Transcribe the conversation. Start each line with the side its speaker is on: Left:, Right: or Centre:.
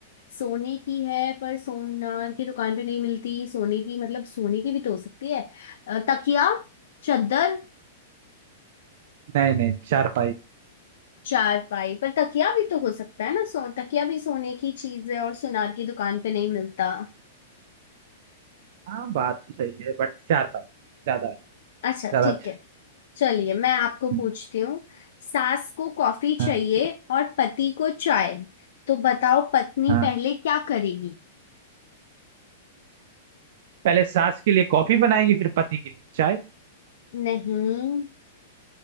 Left: सोने की है पर सोनार की दुकान पे नहीं मिलती सोने की मतलब सोने की भी तो हो सकती है अ, तकिया चादर
Right: नहीं नहीं चार पाई
Left: चारपाई पर तकिया भी तो हो सकता है ना सो तकिया भी सोने की चीज है और सुनार की दुकान पे नहीं मिलता
Right: हाँ बात तो सही है बट चार पाई ज्यादा है
Left: अच्छा
Right: ज्यादा
Left: ठीक
Right: अच्छा
Left: है
Right: है
Left: चलिए मैं आपको
Right: हम्म,
Left: पूछती हूँ सास को कॉफी
Right: हाँ
Left: चाहिए और पति को चाय तो बताओ पत्नी
Right: हाँ
Left: पहले क्या करेगी
Right: पहले सास के लिए कॉफी बनाएगी फिर पति के लिए चाय
Left: नहीं